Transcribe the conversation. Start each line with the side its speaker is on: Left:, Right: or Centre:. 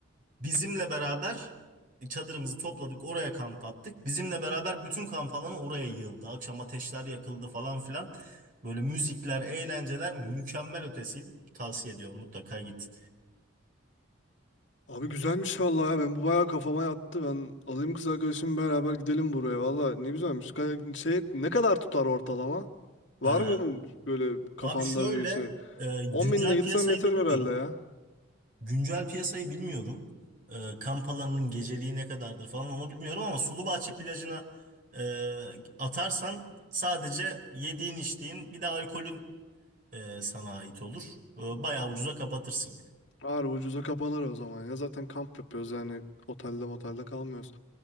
Right: Bizimle beraber çadırımızı topladık, oraya kamp attık. Bizimle beraber bütün kamp alanı oraya yığıldı. Akşam ateşler yakıldı falan filan. Böyle müzikler, eğlenceler mükemmel ötesiydi. Tavsiye ediyorum mutlaka git.
Left: Abi güzelmiş vallahi ya. Ben bu bayağı kafama yattı. Ben alayım kız arkadaşımı beraber gidelim buraya. Vallahi ne güzelmiş. Ka- Şey ne kadar tutar ortalama? Var
Right: Ee,
Left: mı böyle kafanda
Right: abi şöyle,
Left: bir şey?
Right: e, güncel
Left: 10 binle gitsem
Right: piyasayı
Left: yeter
Right: bilmiyorum.
Left: herhalde ya.
Right: Güncel piyasayı bilmiyorum. Ee, kamp alanının geceliği ne kadardır falan onu bilmiyorum ama Sulubahçe plajına e, atarsan sadece yediğin içtiğin bir de alkolün e, sana ait olur. E, bayağı ucuza kapatırsın yani.
Left: Ağır ucuza kapanır o zaman ya. Zaten kamp yapıyoruz yani otelde motelde kalmıyoruz.